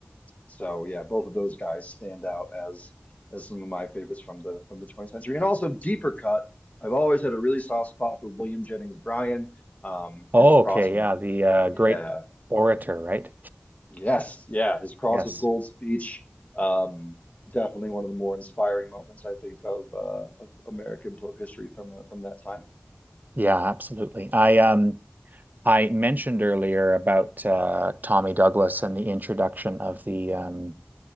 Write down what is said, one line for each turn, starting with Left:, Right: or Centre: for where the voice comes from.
Left: so yeah, both of those guys stand out as as some of my favorites from the from the 20th century. And also deeper cut, I've always had a really soft spot for William Jennings Bryan. Um,
Right: Oh,
Left: his cross
Right: okay,
Left: of
Right: yeah, the uh, great
Left: yeah,
Right: orator, right?
Left: yes, yeah, his cross
Right: Yes.
Left: of gold speech. Um, definitely one of the more inspiring moments I think of uh, of American political history from uh, from that time.
Right: Yeah, absolutely. I um I mentioned earlier about uh, Tommy Douglas and the introduction of the um